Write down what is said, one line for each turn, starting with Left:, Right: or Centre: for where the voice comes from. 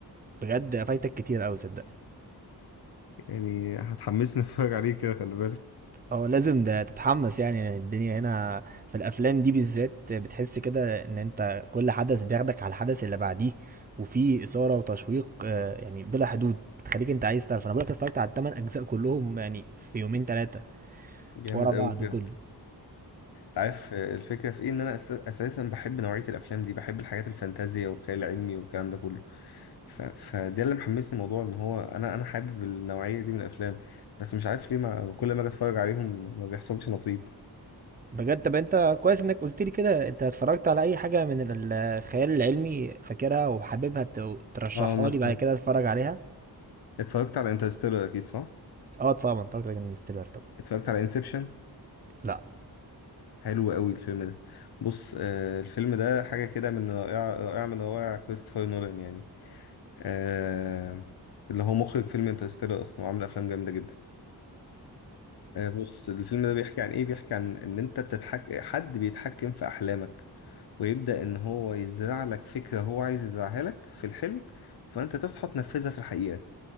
Right: بجد فايتك كتير قوي صدقني
Left: يعني هتحمسني <laughs> اتفرج عليه كده خلي بالك
Right: اه لازم ده تتحمس يعني يعني الدنيا هنا في الافلام دي بالذات بتحس كده ان انت كل حدث بياخدك على الحدث اللي بعديه وفي اثاره وتشويق آه، يعني بلا حدود بتخليك انت عايز تعرف انا بقولك اتفرجت على الثمان اجزاء كلهم يعني في يومين ثلاثه
Left: جامد
Right: ورا بعض
Left: قوي بجد
Right: كله
Left: عارف الفكرة في ايه ان انا أس- اساسا بحب نوعية الافلام دي بحب الحاجات الفانتازيا والخيال العلمي والكلام ده كله ف... فده اللي محمسني الموضوع ان هو انا انا حابب النوعية دي من الافلام بس مش عارف ليه ما... كل ما اجي اتفرج عليهم ما بيحصلش نصيب
Right: بجد طب انت كويس انك قلت لي كده انت اتفرجت على اي حاجة من ال- الخيال العلمي فاكرها وحاببها ت- ترشحها
Left: اه مثلا
Right: لي بعد كده اتفرج عليها
Left: اتفرجت على انترستيلر اكيد صح
Right: اه طبعا اتفرجت على انستيلر طبعا
Left: اتفرجت على انسبشن
Right: لا
Left: حلو قوي الفيلم ده بص آه الفيلم ده حاجة كده من رائعة رائعة من روائع كريستوفر نولان يعني آه اللي هو مخرج فيلم انترستيلر اصلا وعامل افلام جامدة جدا آه، بص الفيلم ده بيحكي عن ايه بيحكي عن ان انت بتتحك حد بيتحكم في احلامك ويبدأ ان هو يزرع لك فكرة هو عايز يزرعها لك في الحلم فانت تصحى تنفذها في الحقيقة